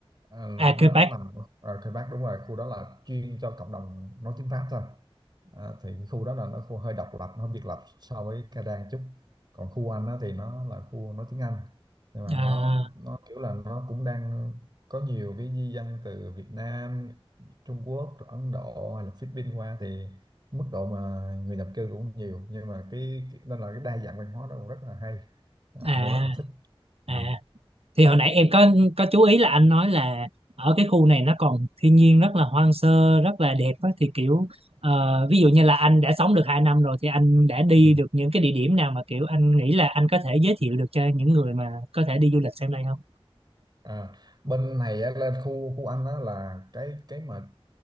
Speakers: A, on the right (about 45°); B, on the right (about 80°).
A: à, là
B: à Quebec
A: nó nằm ở Quebec Bắc đúng rồi khu đó là chuyên cho cộng đồng nói tiếng Pháp thôi à, thì cái khu đó là nó khu hơi độc lập nó biệt lập so với Canada một chút còn khu Anh á, thì nó là khu nói tiếng Anh nhưng mà
B: à,
A: nó nó kiểu là nó cũng đang có nhiều cái di dân từ Việt Nam Trung Quốc rồi Ấn Độ hay là Philippines qua thì mức độ mà người nhập cư cũng nhiều nhưng mà cái cái- nên là cái đa dạng văn hóa đó cũng rất là hay anh
B: à
A: cũng rất là thích
B: à
A: Ừ.
B: thì hồi nãy em có có chú ý là anh nói là ở cái khu này nó còn thiên nhiên rất là hoang sơ rất là đẹp á, thì kiểu ờ, ví dụ như là anh đã sống được 2 năm rồi thì anh đã đi
A: Ừ.
B: được những cái địa điểm nào mà kiểu anh nghĩ là anh có thể giới thiệu được cho những người mà có thể đi du lịch sang đây không?
A: À, bên này á, lên khu khu anh á là cái cái mà